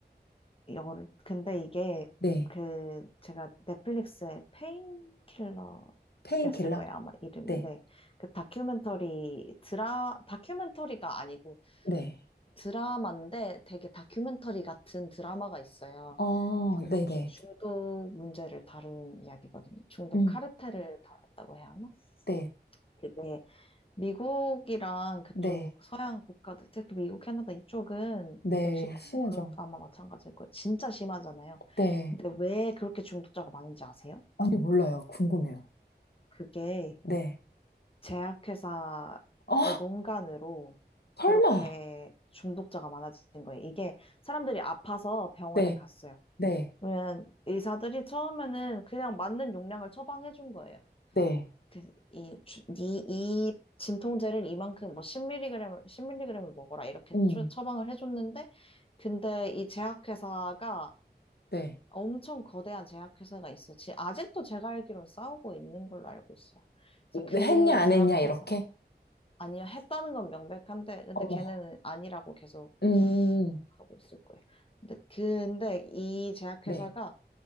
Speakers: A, on the left; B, on the left.
A: 이거를, 근데 이게,
B: 네.
A: 그, 제가 넷플릭스의 페인킬러였을
B: 페인킬러?
A: 거예요. 아마 이름이.
B: 네,
A: 네. 그 다큐멘터리, 드라, 다큐멘터리가 아니고
B: 네.
A: 드라마인데 되게 다큐멘터리 같은 드라마가 있어요.
B: 어,
A: 그게
B: 네네.
A: 중독 문제를 다룬 이야기거든요. 중독
B: 음,
A: 카르텔을 다뤘다고 해야 하나?
B: 네,
A: 그게 미국이랑 그쪽
B: 네,
A: 서양 국가들, 특히 미국, 캐나다 이쪽은
B: 네.
A: 멕시코?
B: 심하죠?
A: 그런 아마 마찬가지일 거예요. 진짜 심하잖아요.
B: 네.
A: 근데 왜 그렇게 중독자가 많은지 아세요?
B: 아니, 몰라요. 궁금해요.
A: 그게
B: 네.
A: 제약회사의
B: 어,
A: 농간으로
B: 설마?
A: 그렇게 중독자가 많아진 거예요. 이게 사람들이 아파서 병원에
B: 네,
A: 갔어요.
B: 네,
A: 그러면 의사들이 처음에는 그냥 맞는 용량을 처방해 준 거예요.
B: 네.
A: 그, 이, 주- 이 이 진통제를 이만큼 뭐 10mg을, 밀리그램을 먹어라 이렇게
B: 음,
A: 처, 처방을 해줬는데, 근데 이 제약회사가
B: 네.
A: 엄청 거대한 제약회사가 있어요. 지, 아직도 제가 알기론 싸우고 있는 걸로 알고 있어요. 그래서 그
B: 네, 했냐, 안
A: 제약회사,
B: 했냐, 이렇게?
A: 아니요, 했다는 건 명백한데, 근데
B: 어머.
A: 걔는 아니라고 계속
B: 음,
A: 하고 있을 거예요. 근데, 근데 이 제약회사가
B: 네.